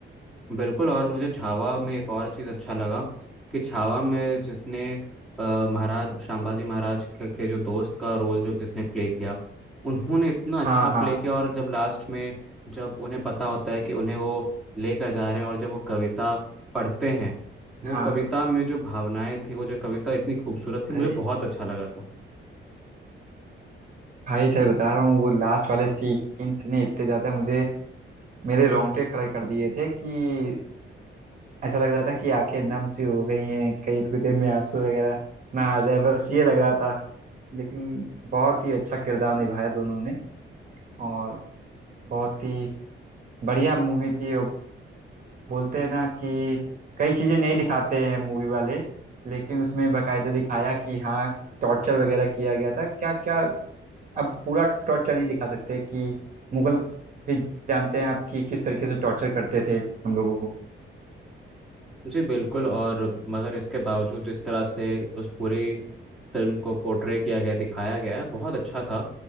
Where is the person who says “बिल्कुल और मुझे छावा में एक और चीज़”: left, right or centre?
Centre